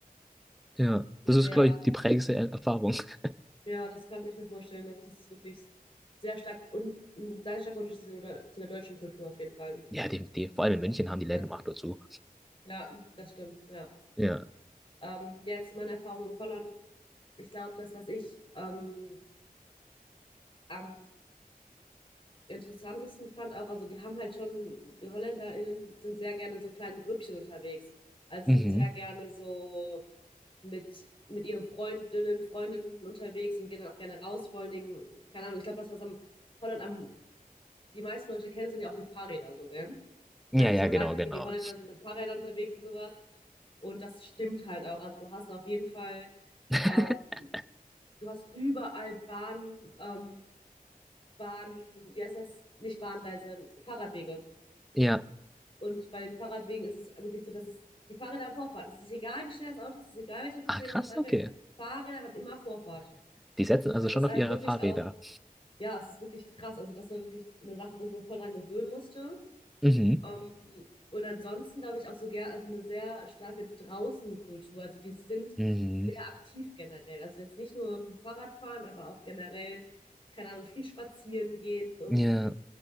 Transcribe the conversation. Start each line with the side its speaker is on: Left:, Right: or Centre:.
Centre: Ja,
Left: ist
Centre: das ist,
Left: sehr,
Centre: glaube ich, die prägendste Er- Erfahrung. <laughs>
Left: ja, das kann ich mir vorstellen. Also das ist wirklich sehr stark und ein sehr starker Unterschied zu der, zu der deutschen Kultur auf jeden Fall.
Centre: Ja, die, vor allem in München haben die Läden
Left: Ähm,
Centre: um 8 Uhr zu.
Left: ja, das stimmt, ja.
Centre: Ja.
Left: Ähm, jetzt zu meiner Erfahrung in Holland. Ich glaube, das, was ich ähm, am interessantesten fand auch, also die haben halt schon, die HolländerInnen sind sehr gerne in so kleinen Grüppchen unterwegs. Also
Centre: Mhm.
Left: sind sehr gerne so mit, mit ihren Freundinnen, Freundinnen unterwegs und gehen dann auch gerne raus. Vor allen Dingen, keine Ahnung, ich glaube, das, was am Holland am, die meisten Leute kennen, sind ja auch die Fahrräder so, gell?
Centre: Ja,
Left: Also, dass
Centre: ja,
Left: man
Centre: genau,
Left: weiß, okay,
Centre: genau.
Left: die Holländer sind mit Fahrrädern unterwegs und sowas. Und das stimmt halt auch. Also du hast auf jeden Fall.
Centre: <laughs>
Left: ähm, Du hast überall Bahn, ähm, Bahn, wie heißt das? Nicht Bahngleise, Fahrradwege.
Centre: Ja.
Left: Und bei den Fahrradwegen ist es wirklich so, dass es die Fahrräder haben Vorfahrt. Es ist egal, wie schnell das Auto ist, es ist egal, welcher Fußgänger
Centre: Ah, krass,
Left: vorbeifährt.
Centre: okay.
Left: Fahrräder haben immer Vorfahrt.
Centre: Die setzen also
Left: Das
Centre: schon
Left: ist halt
Centre: auf ihre
Left: wirklich
Centre: Fahrräder.
Left: auch, ja, es ist wirklich krass. Also das war wirklich eine Sache, wo ich mich voll dran gewöhnen musste.
Centre: Mhm.
Left: Ähm, und ansonsten glaube ich auch so gern, also eine sehr starke Draußenkultur. Also die sind
Centre: Mhm.
Left: sehr aktiv generell. Also jetzt nicht nur im Fahrradfahren, aber auch generell, keine Ahnung, viel spazieren gehen und
Centre: Ja,
Left: viel